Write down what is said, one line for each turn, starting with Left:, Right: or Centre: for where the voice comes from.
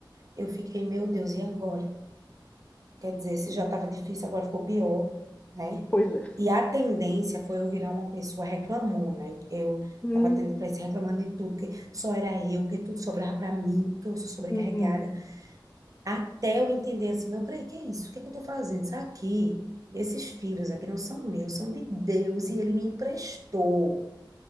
Right: eu fiquei, meu Deus, e agora? Quer dizer, se já estava difícil, agora ficou pior, né?
Left: Pois é.
Right: E a tendência foi eu virar uma pessoa reclamona. Eu, eu
Left: Hum,
Right: tava tendo para isso, reclamando de tudo, porque só era eu, porque tudo sobrava para mim, porque eu sou sobrecarregada.
Left: hum, hum.
Right: Até eu entender assim, não, peraí, que é isso? O que é que eu tô fazendo? Isso aqui, esses filhos aqui não são meus, são de Deus e ele me emprestou